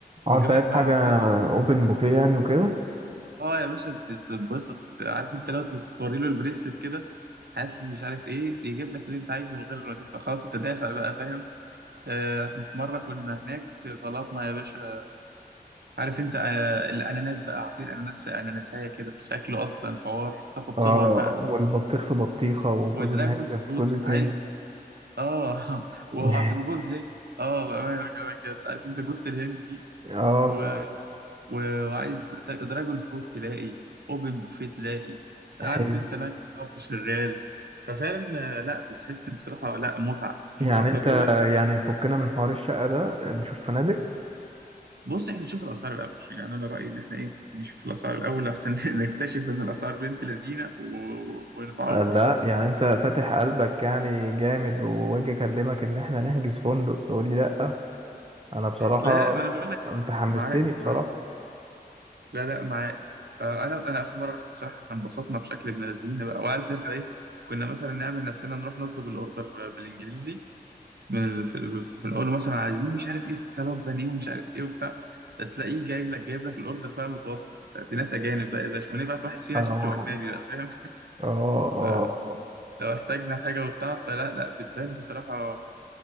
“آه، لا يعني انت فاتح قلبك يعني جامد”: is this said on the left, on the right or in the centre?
Right